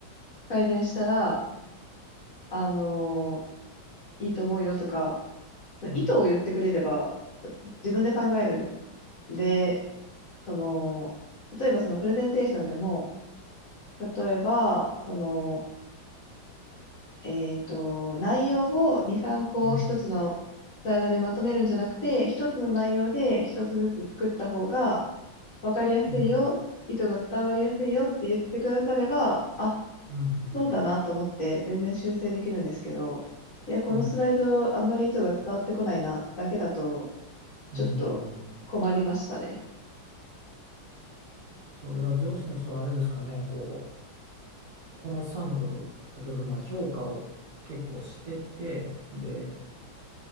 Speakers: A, on the left; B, on the right.
A: 改善したら、あのいいと思うよとか、
B: うん、
A: 意図を言ってくれれば、自分で考えるんで、その、例えばそのプレゼンテーションでも、例えば、その、えっと、内容を2、3個一つのスライドにまとめるんじゃなくて、
B: うん、
A: 一つの内容で一つずつ作った方が分かりやすいよ、
B: うん、
A: 意図が伝わりやすいよって言ってくだされば、あ、
B: うん、うん、
A: そうだなと思って全然修正できるんですけど、いや、このスライドあんまり意図が伝わってこないな、
B: うん、うん
A: だけだと、
B: うん
A: ちょっと困りましたね。
B: それは上司の人はあれですかね、こう、小夏さんのことを、例えばまあ評価を結構してて、で、